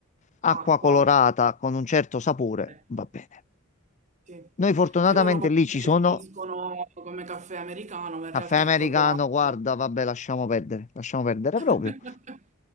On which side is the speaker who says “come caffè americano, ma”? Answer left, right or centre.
Right